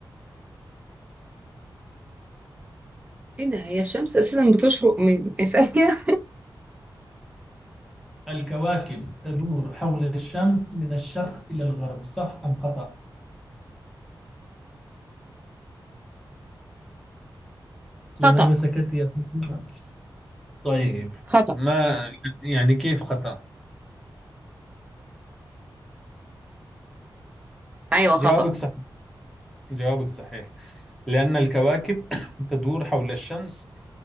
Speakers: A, on the right; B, in the centre.
A: ايه ده هي الشمس اساسا بتشرق من <laughs> ثانية
B: الكواكب تدور حول الشمس من الشرق إلى الغرب صح أم خطأ؟ لماذا
A: خطأ
B: سكت يا فاطمة؟ طيب
A: خطأ
B: ما يعني كيف خطأ؟
A: ايوه خطأ
B: جوابك صحيح جوابك صحيح لأن الكواكب <coughs> تدور حول الشمس